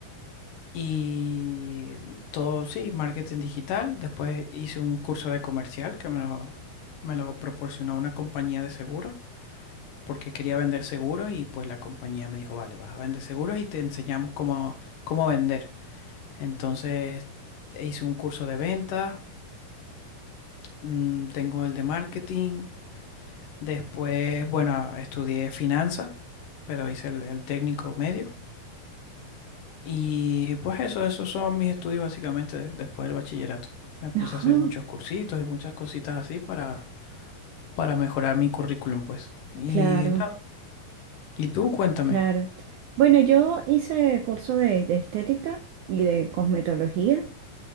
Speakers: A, on the left; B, on the right.
A: Y todo, sí, marketing digital. Después hice un curso de comercial que me lo, me lo proporcionó una compañía de seguros, porque quería vender seguros y pues la compañía me dijo, vale, vas a vender seguros y te enseñamos cómo, cómo vender. Entonces e hice un curso de ventas, mm, tengo el de marketing. Después, bueno, estudié finanzas, pero hice el el técnico medio. Y pues eso, esos son mis estudios básicamente de- después del bachillerato. Me puse
B: <laughs>
A: a hacer muchos cursitos y muchas cositas así para, para mejorar mi currículum, pues. Y
B: Claro.
A: nada. Y tú, cuéntame.
B: Claro. Bueno, yo hice curso de, de estética y de cosmetología,